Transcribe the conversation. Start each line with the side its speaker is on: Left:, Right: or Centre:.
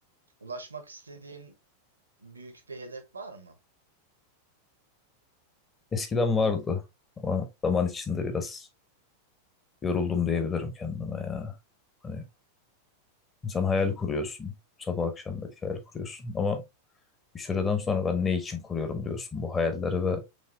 Right: Ulaşmak istediğin büyük bir hedef var mı?
Left: Eskiden vardı ama zaman içinde biraz yoruldum diyebilirim kendime ya. Hani insan hayal kuruyorsun. Sabah akşam belki hayal kuruyorsun ama bir süreden sonra ben ne için kuruyorum diyorsun bu hayalleri ve